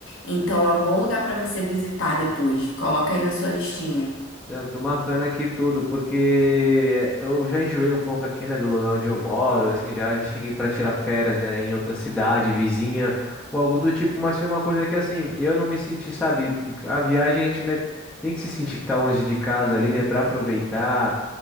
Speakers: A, on the left; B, in the centre.
A: Então é um bom lugar pra você visitar depois. Coloca aí na sua listinha.
B: Eu tô marcando aqui tudo, porque eu já enjoei um pouco aqui, né, do lugar onde eu moro, assim, já, já cheguei para tirar férias, né, em outra cidade, vizinha, ou algo do tipo, mas foi uma coisa que, assim, eu não me senti, sabe, a viagem a gente, né, tem que se sentir que tá longe de casa ali, né, para aproveitar.